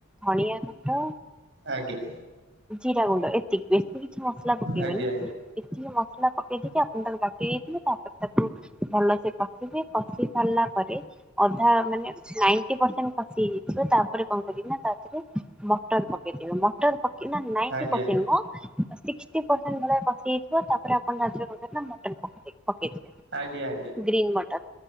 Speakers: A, in the centre; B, on the right (about 65°).
A: ଧଣିଆ ଗୁଣ୍ଡ
B: ଆଜ୍ଞା।
A: ଜିରା ଗୁଣ୍ଡ ଏତିକି ବେଶୀ କିଛି ମସଲା ପକେଇବେନି।
B: ଆଜ୍ଞା
A: ଏତିକି ମସଲା ପକେଇ ଦେଇକି ଆପଣ ତାକୁ ବାଟି ଦେଇଥିବେ ତାପରେ ତାକୁ ଭଲସେ କଷିବେ କସିି ସାରିଲା ପରେ ଅଧା ମାନେ ନାଇଣ୍ଟି ପରସେଣ୍ଟ୍ କସି ହେଇଯାଇଥିବ ତାପରେ କଣ କରିବେ ନା ତାଦେରେ ମଟର ପକେଇଦେବେ ମ ପ ନା ନାଇଣ୍ଟି
B: ଆଜ୍ଞା
A: ପରସେଣ୍ଟ ମ ସିକ୍ଟୀ ପରସେଣ୍ଟ ଭଳିଆ କସି ହୋଇଥିବ ତାପରେ ଆପଣ ମଟନ ପକେଇବେ। ପକେଇଦେବେ
B: ଆଜ୍ଞା ଆଜ୍ଞା
A: ଗ୍ରୀନ୍ ମଟର୍।